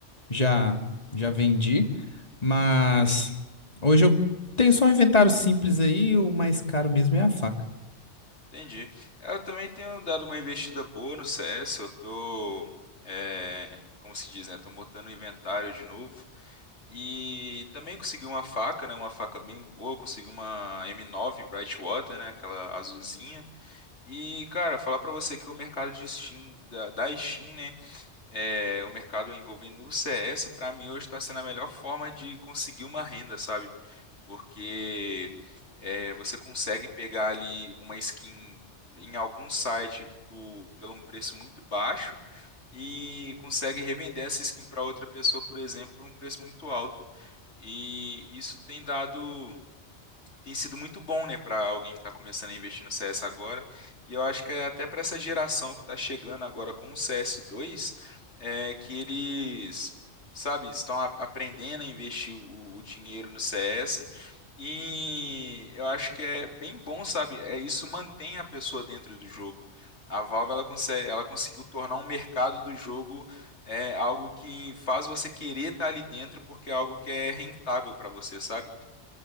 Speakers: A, on the left (about 35°); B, on the left (about 70°).
A: já já vendi, mas hoje eu tenho só um inventário simples aí, o mais caro mesmo é a faca.
B: entendi. Eu também tenho dado uma investida boa no CS, eu tô, é, como se diz, né? Tô montando o inventário de novo. E também consegui uma faca, né? Uma faca bem boa. Consegui uma M9 Brightwater, né? Aquela azulzinha. E, cara, falar pra você que o mercado de Steam, da, da Steam, né? É, o mercado envolvendo o CS, pra mim hoje tá sendo a melhor forma de conseguir uma renda, sabe? porque é, você consegue pegar ali uma skin em algum site por, pelo um preço muito baixo e consegue revender essa skin para outra pessoa, por exemplo, por um preço muito alto. E isso tem dado tem sido muito bom, né, para alguém que está começando a investir no CS agora. E eu acho que é até para essa geração que está chegando agora com o CS2, é que eles, sabe, estão a- aprendendo a investir o, o dinheiro no CS. E eu acho que é bem bom, sabe? É, isso mantém a pessoa dentro do jogo. A Valve ela, consegue, ela conseguiu tornar um mercado do jogo é algo que faz você querer estar ali dentro porque é algo que é rentável para você, sabe?